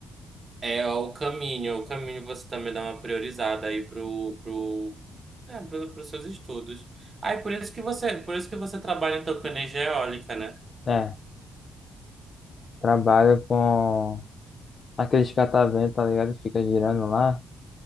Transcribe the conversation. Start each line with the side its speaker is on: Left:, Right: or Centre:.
Right: é o caminho, o caminho você também dá uma priorizada aí pro pro é, pro, pros seus estudos. Ah, e por isso que você, por isso que você trabalha então com energia eólica, né?
Left: É, trabalho com. Aqueles catavento, tá ligado? Fica girando lá,